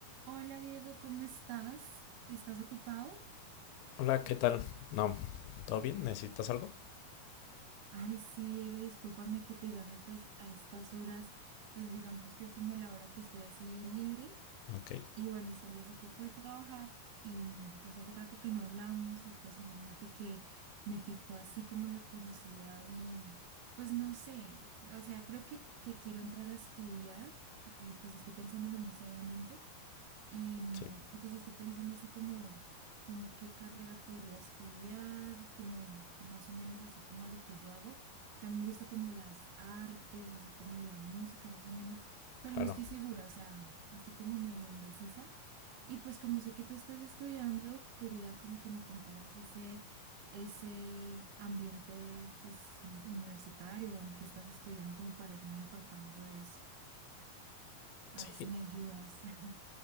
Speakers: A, on the right; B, on the left.
A: Hola Diego, ¿cómo estás? ¿Estás ocupado?
B: Hola, ¿qué tal? No, ¿todo bien? ¿Necesitas algo?
A: Ay, sí, Diego, discúlpame que te llame pues a estas horas, pues digamos que es como la hora que estoy así libre
B: Ok,
A: y bueno, salí hace poco de trabajar y pues hace rato que no hablamos y pues imagínate que me picó así como la curiosidad y pues no sé, o sea, creo que, que quiero entrar a estudiar y pues estoy pensándolo muy seriamente. Y, mm,
B: sí,
A: y pues estoy pensando así como, como qué carrera podría estudiar, como más o menos así como a lo que yo hago. O sea, a mí me gusta como las artes, así como la música más o menos, pero
B: claro.
A: no estoy segura, o sea, estoy como medio indecisa. Y pues como sé que tú estás estudiando, quería como que me contaras ese, ese ambiente pues universitario o en que estás estudiando como para irme empapando de eso. A
B: Sí,
A: ver si me ayudas. <laughs>